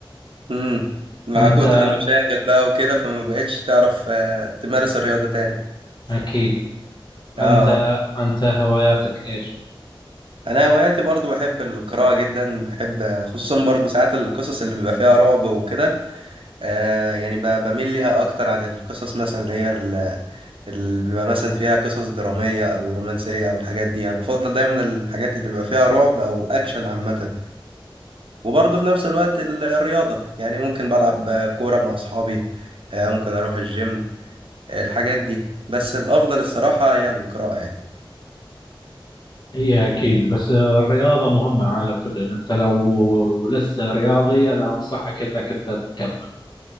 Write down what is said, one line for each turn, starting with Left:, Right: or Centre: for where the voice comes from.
Right: امم مع
Left: أنت
Right: كتر المشاغل بقى وكده فما بقتش تعرف آه، تمارس الرياضة تاني
Left: أكيد أنت
Right: اه
Left: أنت هواياتك إيش؟
Right: انا هواياتي برضو بحب القراءه جدا بحب خصوصا برضو ساعات القصص اللي بيبقى فيها رعب وكده آه يعني ب- بميل ليها اكتر عن القصص مثلا اللي هي ال- اللي بيبقى مثلا فيها قصص دراميه او رومانسيه او الحاجات دي يعني بفضل دايما الحاجات اللي بيبقى فيها رعب او اكشن عامه وبرضو في نفس الوقت ال- الرياضه يعني ممكن بلعب كوره مع اصحابي آه ممكن اروح الجيم آه، الحاجات دي بس الافضل الصراحه هي القراءه يعني
Left: هي أكيد بس الرياضة مهمة على كل إن أنت لو لسه رياضي أنا أنصحك إنك أنت تكمل